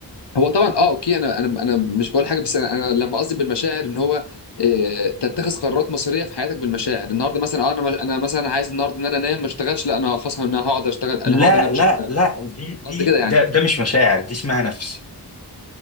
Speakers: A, on the left (about 70°); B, on the left (about 35°).
A: هو طبعا اه اوكي انا انا انا مش بقول حاجة بس انا أنا لما قصدي بالمشاعر ان هو آه، تتخذ قرارات مصيرية في حياتك بالمشاعر النهارده مثلا اه انا انا مثلا عايز النهارده ان انا انام ما اشتغلش لا انا خلاص انا هقعد اشتغل انا
B: لا
A: هقعد انام
B: لا
A: مش هشتغل
B: لا دي دي
A: قصدي كده
B: ده
A: يعني
B: ده مش مشاعر دي اسمها نفس